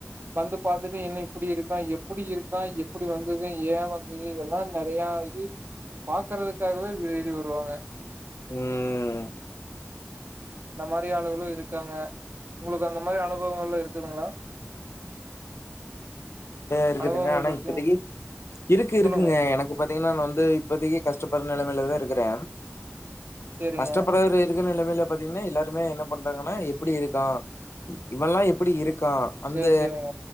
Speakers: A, on the right; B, on the left.
A: வந்து பார்த்துட்டு என்ன இப்படி இருக்கான் எப்டி இருக்கான் எப்டி வந்தது ஏ வந் இது இதெல்லா நெறையா இது பாக்குறதுக்காகவே வீடு தேடி வருவாங்க
B: ம்
A: அந்த மாதிரி ஆளுகளு இருக்காங்க உங்களுக்கு அந்த மாதிரி அனுபவங்கள் இருக்குதுங்களா
B: அ இருக்கட்டுங்க
A: அனுபவங்கள்
B: ஆனா
A: இருக்குங்
B: இப்பதைக்கு இருக்கு இருக்குங்க
A: சொல்லுங்க.
B: எனக் இப்ப பாத்தீங்கன்னா நா வந்து இப்பதைக்கு கஷ்டப்படுற நிலைமையில தா இருக்கிறே
A: சரிங்க.
B: கஷ்டப்படுற இப்ப இருக்க நிலமையில பாத்தீங்கன்னா எல்லாருமே என்ன பண்றாங்கன்னா எப்டி இருக்கான் இவன்லா எப்டி இருக்கான் அந்த
A: சரி, சரிங்க.